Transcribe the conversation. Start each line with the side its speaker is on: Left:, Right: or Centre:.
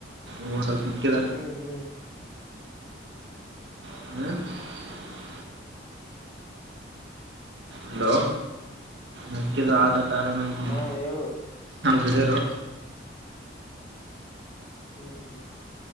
Right: ಇವ ಸ್ವಲ್ಪ
Left: ಹೂ ಹ್ಮ್
Right: ಹ <unintelligible> ಹಲೋ ನಕ್ಕಿದ ಆದ ಕಾರಣ ನಮ್ಮ
Left: ಹಾ ಹೇಳು
Right: ಹಿರಿಯರು
Left: ಹ್ಮ್ ಹ್ಮ್ ಹ್ಮ್ <inaudible>